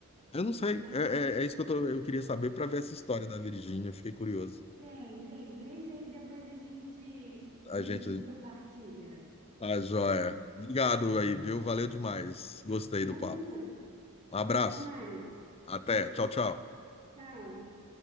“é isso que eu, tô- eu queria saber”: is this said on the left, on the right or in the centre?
Left